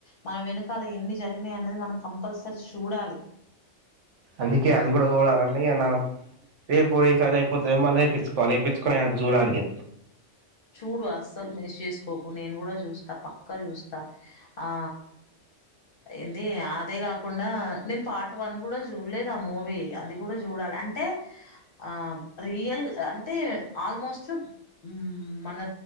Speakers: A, on the left; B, on the right.
A: మన వెనుకాల ఎన్ని జరిగినాయి అనేది మనం కంపల్సరీ చూడాలి
B: అందుకే అది కూడా చూడాలంటె ఇగ నా రేపు పోయి ఈసారిదిఅయిపోతాది మళ్ళ ఏపిచుకోవాలె ఎపిచుకొని ఆది చూడాలి ఇగ
A: చూడు అస్సలు మిస్ చేసుకోకు నేను కూడా చూస్తా పక్క చూస్తా ఆ ఏంది అదే కాకుండా నేను పార్ట్ వన్ కూడా చూడలేదు ఆ మూవీ అది కూడా చూడాలి అం అంటే ఆ రియల్ అంటే ఆల్మోస్ట్ ఉమ్ మన